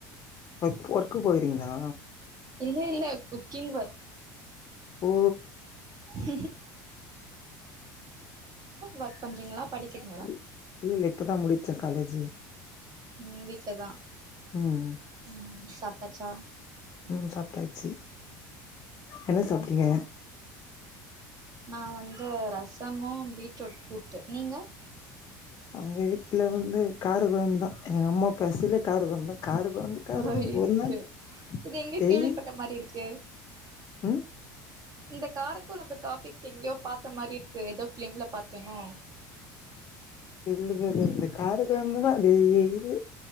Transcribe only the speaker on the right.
இல்ல இல்ல குக்கிங் ஒர்க்
உம் ஹ்ம்
ஒர்க் பண்றீங்களா படிக்கிறீங்களா
ம் வீட்லதா
ம் சாப்ட்டாச்சா
நா வந்து ரசமு பீட்ரூட் கூட்டு நீங்க
ஐய்யோ
இது எங்கயோ
கேள்விப்பட்ட மாரி இருக்கு
இந்த காரக்கொழம்பு டாப்பிக் எங்கேயோ பாத்த மாரி இருக்கே எதோ ஃபிலிம்ல பாத்தேனோ